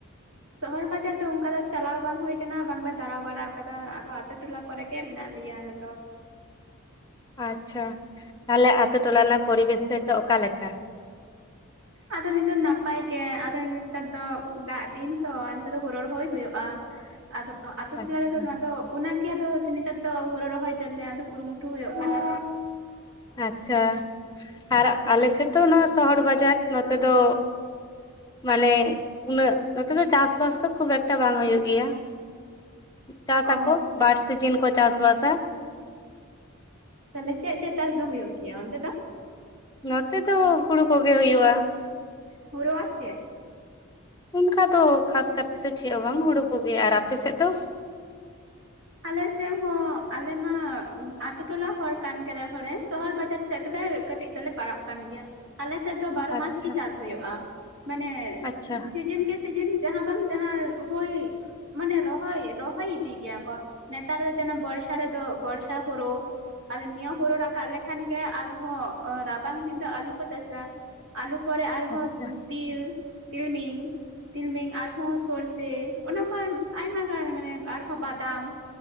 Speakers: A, on the right; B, on the left.
A: ᱥᱚᱦᱚᱨ ᱵᱟᱡᱟᱨ ᱫᱚ ᱚᱱᱠᱟ ᱫᱚ ᱪᱟᱞᱟᱣ ᱵᱟᱝ ᱦᱩᱭ ᱠᱟᱱᱟ ᱵᱟᱝᱞᱮ ᱫᱟᱬᱟ ᱵᱟᱲᱟᱣ ᱠᱟᱫᱟ ᱟᱫᱚ ᱟᱹᱛᱩ ᱴᱚᱞᱟ ᱠᱚᱨᱮ ᱜᱮ ᱢᱮᱱᱟᱜ ᱞᱮᱭᱟ ᱟᱞᱮ ᱫᱚ
B: ᱟᱪᱪᱷᱟ ᱛᱟᱦᱞᱮ ᱟᱹᱛᱩ ᱴᱚᱞᱟ ᱨᱮᱱᱟᱜ ᱯᱚᱨᱤᱵᱮᱥ ᱫᱚ ᱱᱤᱛᱚᱜ ᱚᱠᱟ ᱞᱮᱠᱟ
A: ᱟᱫᱚ ᱱᱤᱛᱚᱜ ᱱᱟᱯᱟᱭ ᱜᱮ ᱟᱫᱚ ᱱᱮᱛᱟᱨ ᱫᱚ ᱫᱟᱜ ᱫᱤᱱ ᱛᱚ ᱱᱮᱛᱟᱨ ᱫᱚ ᱦᱳᱲᱩ ᱨᱚᱦᱚᱭ ᱦᱩᱭᱩᱜᱼᱟ᱾ ᱟᱫᱚ ᱟᱹᱛᱩ ᱴᱚᱞᱟ
B: ᱟᱪᱪᱷᱟ
A: ᱨᱮᱫᱚ ᱱᱚᱣᱟ ᱫᱚ ᱚᱱᱟ ᱟᱫᱚ ᱱᱮᱛᱟᱨ ᱫᱚ ᱦᱳᱲᱩ ᱨᱚᱦᱚᱭ ᱡᱚᱱᱱᱮ ᱠᱩᱨᱩᱢᱩᱴᱩ ᱦᱩᱭᱩᱜ ᱠᱟᱱᱟ᱾
B: ᱟᱪᱪᱷᱟ ᱟᱨ ᱟᱞᱮᱥᱮᱫ ᱛᱚ ᱱᱚᱣᱟ ᱥᱚᱦᱚᱨ ᱵᱟᱡᱟᱨ ᱱᱚᱛᱮ ᱫᱚ ᱢᱟᱱᱮ ᱩᱱᱟᱹᱜ ᱱᱚᱛᱮ ᱫᱚ ᱪᱟᱥ <unintelligible> ᱠᱷᱩᱵ ᱮᱠᱴᱟ ᱵᱟᱝ ᱦᱩᱭᱩᱜ ᱜᱮᱭᱟ ᱪᱟᱥ
A: ᱚ
B: ᱟᱠᱚ ᱵᱟᱨ ᱥᱤᱡᱤᱱ ᱠᱚ ᱪᱟᱥ ᱵᱟᱥᱼᱟ
A: ᱛᱟᱦᱞᱮ ᱪᱮᱫ ᱪᱮᱫ ᱪᱟᱥ ᱫᱚ ᱦᱩᱭᱩᱜ ᱜᱮᱭᱟ ᱚᱱᱛᱮ ᱫᱚ
B: ᱱᱚᱛᱮ ᱫᱚ ᱦᱩᱲᱩ ᱠᱚᱜᱮ ᱦᱩᱭᱩᱜᱼᱟ᱾
A: ᱦᱩᱲᱩ ᱟᱨ ᱪᱮ?
B: ᱚᱱᱠᱟ ᱫᱚ ᱠᱷᱟᱥ ᱠᱟᱨᱛᱮ ᱪᱮᱫ ᱦᱚᱸ ᱵᱟᱝ ᱦᱩᱲᱩ ᱠᱚᱜᱮ ᱟᱨ ᱟᱯᱮ ᱥᱮᱫ ᱫᱚ?
A: ᱟᱞᱮᱥᱮᱫ ᱦᱚᱸ ᱟᱞᱮᱢᱟ ᱟᱹᱛᱩ ᱴᱚᱞᱟ ᱦᱚᱲ ᱠᱟᱱ ᱜᱮ ᱨᱮᱦᱚᱸᱞᱮ ᱥᱚᱦᱚᱨ ᱵᱟᱡᱟᱨ ᱠᱟᱹᱴᱤᱡ ᱫᱚᱞᱮ ᱯᱟᱲᱟᱜ ᱠᱟᱱ ᱜᱮᱭᱟ ᱟᱞᱮ ᱟᱞᱮ ᱥᱮᱫ ᱫᱚ ᱵᱟᱨᱚ
B: ᱟᱪᱪᱷᱟ
A: ᱢᱟᱥ ᱜᱮ ᱪᱟᱥ ᱦᱩᱭᱩᱜᱼ ᱢᱟᱱᱮ
B: ᱟᱪᱪᱷᱟ
A: ᱥᱤᱡᱤᱱ ᱠᱤ ᱥᱮᱮᱱ ᱡᱟᱦᱟᱸ ᱵᱟᱝ ᱡᱟᱦᱟᱸ ᱦᱳᱭ ᱢᱟᱱᱮ ᱨᱚᱦᱚᱭ ᱨᱚᱦᱚᱭ ᱤᱫᱤ ᱜᱮᱭᱟ ᱱᱮᱛᱟᱨ ᱫᱚ ᱡᱮᱱᱚ ᱵᱚᱨᱥᱟ ᱨᱮᱫᱚ ᱵᱚᱨᱥᱟ ᱦᱩᱲᱩ ᱟᱫᱚ ᱱᱤᱭᱟᱹ ᱦᱩᱲᱩ ᱨᱟᱠᱟᱵ ᱞᱮᱠᱷᱟᱱᱜᱮ ᱟᱨᱦᱚᱸ ᱨᱟᱵᱟᱝ ᱫᱤᱱ ᱫᱚ ᱟᱞᱩ ᱠᱚ ᱪᱟᱥᱟ ᱟᱞᱩ ᱯᱚᱨᱮ ᱟᱨᱦᱚᱸ
B: ᱟᱪᱪᱷᱟ
A: ᱛᱤᱞ ᱛᱤᱞᱢᱤᱧ ᱛᱤᱞᱢᱤᱧ ᱟᱨᱦᱚᱸ ᱥᱚᱨᱥᱮ ᱚᱱᱟ ᱠᱚ ᱟᱭᱢᱟ ᱜᱟᱱ ᱜᱮ ᱢᱟᱱᱮ ᱟᱨᱦᱚᱸ ᱵᱟᱫ ᱫᱟᱢ